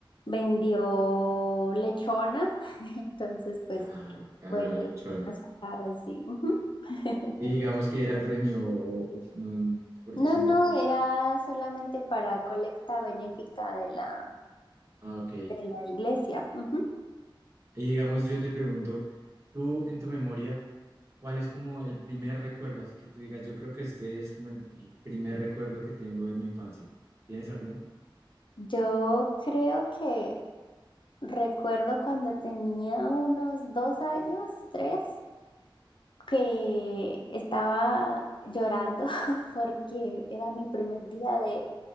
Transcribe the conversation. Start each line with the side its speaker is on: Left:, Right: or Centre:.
Left: vendió lechona, <laughs> entonces pues
Right: Claro, ganó
Left: bueno,
Right: la lechona.
Left: más caras, sí. ujú. <laughs>
Right: Y digamos que era el premio o, o f- no, n- porque
Left: No,
Right: competía.
Left: no, era solamente para colecta benéfica de la,
Right: Ah, ok. Y
Left: de la iglesia. ujú.
Right: digamos, yo te pregunto, tú en tu memoria, ¿cuál es como el primer recuerdo? Así que tú digas, yo creo que este es como el primer recuerdo que tengo de mi infancia. ¿Tienes alguno?
Left: Yo creo que recuerdo cuando tenía unos dos años, tres, que estaba llorando <laughs> porque era mi primer día de,